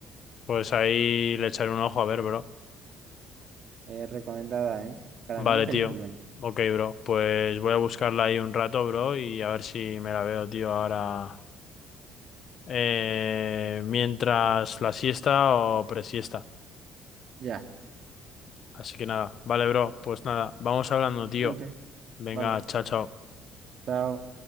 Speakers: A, on the left; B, on the right.
A: Pues ahí le echaré un ojo a ver, bro.
B: eh, recomendada, ¿eh? Para
A: Vale,
B: mí, peliculón.
A: tío. Ok, bro. Pues voy a buscarla ahí un rato, bro, y a ver si me la veo, tío, ahora. Eh, mientras la siesta o presiesta.
B: Ya.
A: Así que nada. Vale, bro. Pues nada, vamos hablando, tío.
B: Ok,
A: Venga,
B: vale.
A: chao, chao.
B: Chao.